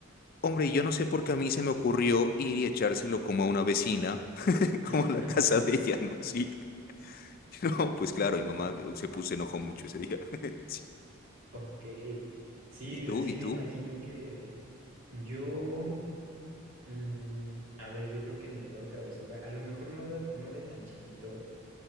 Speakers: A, on the left; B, on the right.
A: Hombre, yo no sé por qué a mí se me ocurrió ir y echárselo como a una vecina, <laughs>
B: <laughs>
A: como a la casa de ella, ¿no? Sí. <laughs> No, pues claro, mi mamá eh, se puso, se enojó mucho ese día. <laughs> Sí.
B: Ok, sí,
A: ¿Y tú?
B: sí
A: ¿Y
B: me
A: tú?
B: imaginé que yo, mm, a ver, yo creo que mi peor travesura, a lo mejor no de, no de tan chiquito,